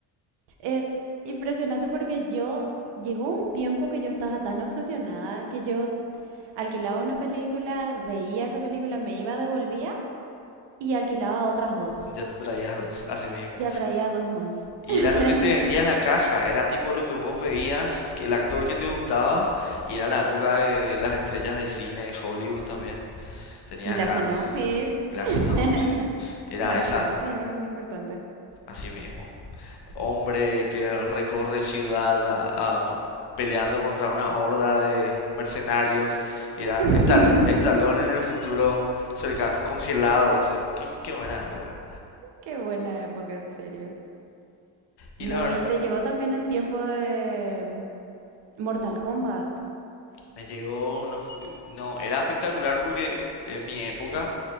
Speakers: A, on the right; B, on the left.
A: Es impresionante porque yo, llegó un tiempo que yo estaba tan obsesionada que yo Alquilaba una película, veía esa película, me iba, devolvía y alquilaba otras dos.
B: ya te traías dos, así mismo.
A: Ya traía dos más.
B: Y
A: <laughs>
B: era lo que te vendía la caja, era tipo lo que vos veías, que el actor que te gustaba, y era la época de las estrellas de cine de Hollywood también. Tenías
A: y la
B: grandes.
A: sinopsis.
B: La
A: <laughs>
B: sinopsis. Era
A: la sinopsis
B: esa,
A: era muy importante.
B: así mismo. Hombre que recorre ciudad a- a- peleando contra una horda de mercenarios. Y Era
A: <laughs>
B: Estal- Estalón en el futuro cercano, congelado, eso. Qué, qué buena época.
A: Qué buena época, en serio.
B: Y
A: No,
B: la verdad
A: y
B: que
A: te llegó también el tiempo de Mortal Kombat.
B: me llegó, no, no, era espectacular porque en mi época